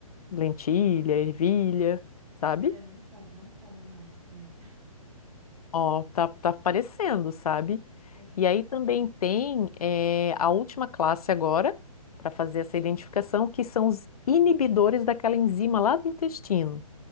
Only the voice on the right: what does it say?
É, não como, não como mais também.
<laughs>
É.